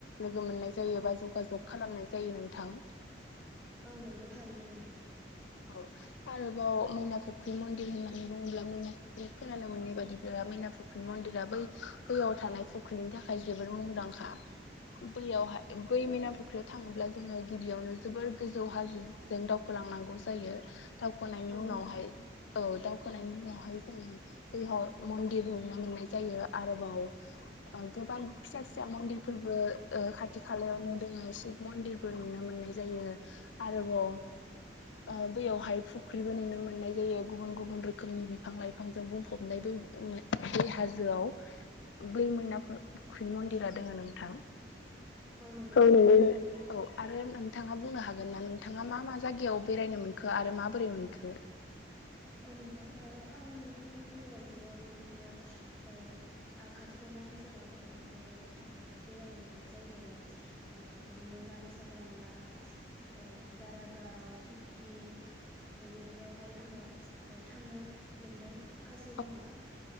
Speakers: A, on the left; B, in the centre.
A: लोगो मोननाय जायो बा जगाजग खालामनाय जायो नोंथां
B: औ नोंगौ थारैनो नोंथां
A: औ आरोबाव मैना फुख्रि मन्दिर होननानै बुङोब्ला मैना फुख्रि खोनानो मोननाय बायदिब्ला मैना फुख्रि मैना फुख्रि मन्दिरा बै बैयाव थानाय फुख्रिनि थाखाय जोबोद मुंदांखा बैयावहाय बै मिना फुख्रियाव थाङोब्ला जोङो गिबियावनो जोबोर गोजौ हाजोजों दाव दावखोलांनांगौ जायो दावखोनायनि
B: औ
A: उनावहाय
B: नोंथां
A: औ दावखोनायनि उनावहाय जों बेयाव मन्दिर नुनो मोननाय जायो आरोबाव गोबां फिसा फिसा मन्दिरफोरबो ओ खाथि खालायावनो दङ शिब मन्दिर बो नुनो मोननाय जायो आरोबाव ओ बैयावहाय फुख्रिबो नुनो मोननाय जायो गुबुन गुबुन रोखोमनि बिफां लाइफांजों बुंफबनाय बो बे हाजोआव बै मैना फुख्रि मन्दिरा दङ नोंथां
B: नंगौ
A: औ औ
B: नोंथां
A: आरो नोंथाङा बुंनो हागोन ना नोंथाङा मा मा जायगायाव बेरायनो मोनखो आरो माबोरै मोनखो
B: औ नोंथां आङो नोंथांनि बुंनाय बायदिनो बेबायदिनो ओ आं खाथि खाला ओनसोलाव ओं ओ थांनो बेरायनो मोन बै जायगाया ओ बिदिनो मानास हाग्रामा ओन दारागाव सुकि ओ बेफोरावहाय आङो ओ थांनो मोनदों काजिरङा
A: औ